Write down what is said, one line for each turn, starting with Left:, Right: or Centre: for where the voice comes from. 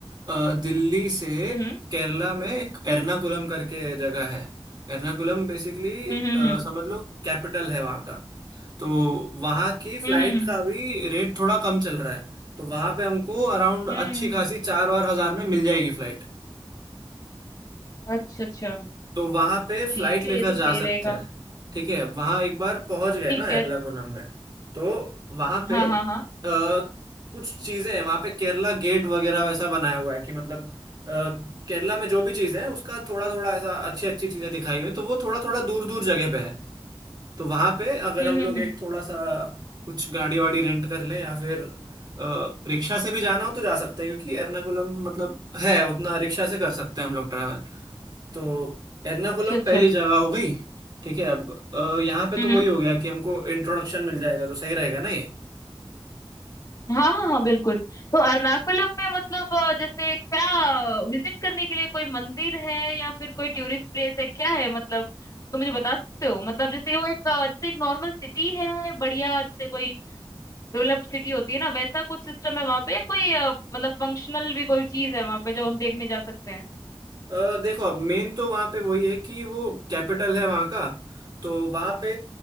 Right: अ, दिल्ली से
Left: हम्म
Right: केरला में एक एर्नाकुलम करके जगह है एर्नाकुलम बेसिकली
Left: हम्म हम्म
Right: समझ लो कैपिटल है वहाँ का तो वहाँ की फ्लाइट
Left: हम्म हम्म
Right: का भी रेट थोड़ा कम चल रहा है तो वहाँ पे हमको अराउंड अच्छी
Left: हम्म, हम्म,
Right: खासी चार और हजार में मिल जाएगी फ्लाइट
Left: अच्छा अच्छा
Right: तो वहां पे
Left: ठीक
Right: फ्लाइट लेकर
Left: है ये तो
Right: जा
Left: सही
Right: सकते
Left: रहेगा
Right: हैं ठीक है वहां एक बार पहुंच गए
Left: ठीक
Right: ना
Left: है
Right: एर्नाकुलम में तो वहां पे
Left: हाँ हाँ हाँ
Right: अ, कुछ चीजें हैं वहां पे केरला गेट वगैरह वैसा बनाया हुआ है कि मतलब अ, केरला में जो भी चीज है उसका थोड़ा थोड़ा ऐसा अच्छी अच्छी चीजें दिखाई हुई हैं। तो वो थोड़ा थोड़ा दूर दूर जगह पे है तो वहां पे अगर
Left: हम्म
Right: हम
Left: हम्म
Right: लोग
Left: हम्म
Right: एक थोड़ा सा कुछ गाड़ी वाड़ी रेंट कर लें या फिर अ, रिक्शा से भी जाना हो तो जा सकते हैं क्योंकि एर्नाकुलम मतलब है उतना रिक्शा से कर सकते हैं हम लोग ट्रैवल तो एर्नाकुलम
Left: अच्छा अच्छा
Right: पहली जगह हो गई ठीक है अब अ, यहाँ पे
Left: हम्म
Right: तो वही
Left: हम्म।
Right: हो गया कि हमको इंट्रोडक्शन मिल जाएगा तो सही रहेगा ना ये
Left: हाँ हाँ हाँ, बिल्कुल तो अरनाकुलम में मतलब अ, जैसे क्या विजिट करने के लिए कोई मंदिर है या फिर कोई टूरिस्ट प्लेस है क्या है मतलब तो मुझे बता सकते हो मतलब जैसे वो एक अ, जैसे एक नॉर्मल सिटी है बढ़िया जैसे कोई डेवलप्ड सिटी होती है ना वैसा कुछ सिस्टम है वहाँ पे या कोई अ, मतलब फंक्शनल भी कोई चीज है वहाँ पे जो हम देखने जा सकते हैं
Right: अ, देखो अब मेन तो वहां पे वही है कि वो कैपिटल है वहां का तो वहां पे